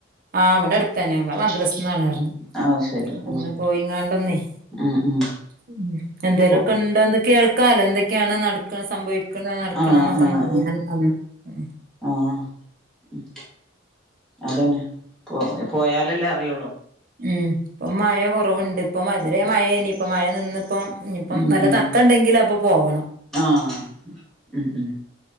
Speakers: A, on the right; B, in the centre.
A: ആഹ് ഇവടെട്ത്തെന്നേ ഇമ്മളെ മദ്രസ്ന്നാണ്ർഞ്ഞു
B: അത് ശരി ഉം
A: ഒന്ന് പോയിങ്ങാണ്ടൊന്നൈ
B: ഉം ഉം
A: ഉം എന്തേലൊക്കെ
B: പോ
A: ഇണ്ടോ എന്തെ കേൾ ക്കാലം എന്തെക്കെയാണ് നടക്ക്ണ സംഭവിക്ക്ണ നടക്ക്ണ
B: ആഹ്
A: എന്നൊക്കെ
B: ആഹ്
A: ഒന്ന് അറിയാനും
B: ആഹ്
A: നന്ന് ഉം
B: ആഹ് ഉം അതെന്നെ കൊ കോയാലെല്ലേ അറിയുള്ളൂ
A: ഉം ഇപ്പൊ മയ കൊറവ്ണ്ട് ഇപ്പം ഇതുരെ മഴേനി ഇപ്പ മഴ നിന്ന ഇപ്പം ഇഞ്ഞിപ്പം
B: ഉം
A: നല്ല
B: ഉം
A: തക്ക ഉണ്ടെങ്കിൽ അപ്പൊ പോകണം
B: ആഹ് ഉം ഉം